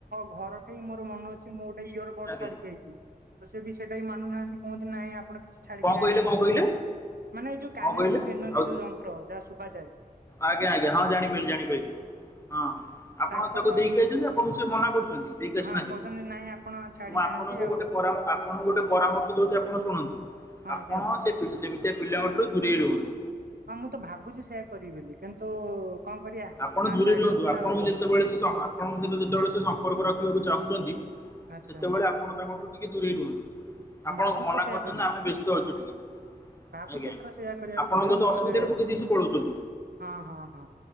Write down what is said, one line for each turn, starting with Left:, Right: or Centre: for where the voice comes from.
Right: ଘରଠେଇ ମୋର ମନେ ଅଛି ମୋ ଇୟର ବଡ
Left: ଆଜ୍ଞା
Right: ଛାଡିକି ଆଇଛି ତ ସେ ବି ସେଇଟା ବି ମାନୁ ନାହାନ୍ତି କହନ୍ତି ନାଇଁ ଆପଣ କି ଛି ଛାଡିକି
Left: କଣ
Right: ଯାଇନାହାନ୍ତି
Left: କହିଲେ କଣ କହିଲେ
Right: ମାନେ ଏଇ ଯୋଉ କାନରେ
Left: କଣ କହିଲେ
Right: ଯୋଉ ଗେନନ୍ତି
Left: ଆଉ
Right: ଯୋଉ ଯନ୍ତ୍ର ଯାହା ଶୁଭାଯାଏ।
Left: ଆଜ୍ଞା ଆଜ୍ଞା ହଁ ଜାଣି ପାରିଲି ଜାଣି ପାଇଲି। ହଁ ଆପଣ
Right: ତାଙ୍କର
Left: ତାକୁ ଦେଇକି ଆସିଚନ୍ତି ଆପଣଙ୍କୁ ସେ ମନା କରୁଚନ୍ତି ଦେଇକି ଆସିନାହାନ୍ତି।
Right: ହଁ କହୁଛନ୍ତି ନାଇଁ ଆପଣ ଛାଡି
Left: ମୁଁ
Right: ନାହାନ୍ତି
Left: ଆପଣଙ୍କୁ
Right: ଆଉ
Left: ଗୋଟେ ପରା ଆପଣଙ୍କୁ ଗୋଟେ ପରାମର୍ଶ ଦଉଚି ଆପଣ ଶୁଣନ୍ତୁ
Right: ହଁ
Left: ଆପଣ
Right: ଦିଅନ୍ତୁ।
Left: ସେ ସେମିତିଆ ପିଲାଙ୍କଠୁ ଦୂରେଇ ରୁହନ୍ତୁ।
Right: ହଁ ମୁଁ ତ ଭାବୁଚି ସେୟା କରିବି ବୋଲି କିନ୍ତୁ କଣ କରିବା
Left: ଆପଣ
Right: ନା
Left: ଦୂରେ
Right: ଛାଡି
Left: ରୁହନ୍ତୁ
Right: ହଉଛି
Left: ଆପଣଙ୍କୁ
Right: ନା ରହି ହଉନି।
Left: ଯେତେବେଳେ ସ ଆପଣଙ୍କ ସହିତ ଯେତେବେଳେ ସେ ସମ୍ପର୍କ ରଖିବାକୁ ଚାହୁଁଚନ୍ତି
Right: ଆଚ୍ଛା
Left: ସେତେବେଳେ ଆପଣ ତାଙ୍କଠୁ ଟିକେ ଦୂରେଇ ରୁହନ୍ତୁ ଆପଣ
Right: ଭାବୁଛି
Left: ମନା
Right: ତ ସେୟା
Left: କରି
Right: କରିବି
Left: ଦିଅନ୍ତୁ ଆମେ ବ୍ୟସ୍ତ ଅଛୁ ଟିକେ।
Right: ଭାବୁଛି
Left: ଆଜ୍ଞା
Right: ଏଥର ସେୟା କରିବାକୁ
Left: ଆପଣଙ୍କୁ
Right: ପଡିବ
Left: ତ
Right: ନହେଲେ
Left: ଅସୁବିଧାରେ ପକେଇ ଦେଇ ସେ ପଳଉଚନ୍ତି।
Right: ହଁ ହଁ ହଁ